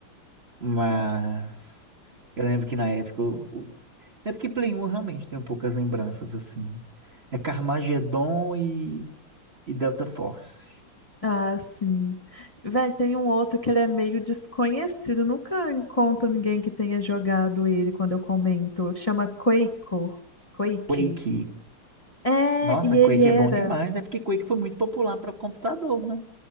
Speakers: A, on the right (about 25°); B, on the left (about 15°).
A: Mas eu lembro que na época. eu- eu- É porque Play um eu realmente tem poucas lembranças, assim. É Carmageddon e, e Delta Force.
B: Ah, sim. Véi, tem um outro que ele é meio desconhecido. Nunca encontro ninguém que tenha jogado ele quando eu comento. Chama Quaco. Quake.
A: Quake.
B: É,
A: Nossa,
B: e
A: Quake
B: ele era.
A: é bom demais. É porque Quake foi muito popular para computador, né?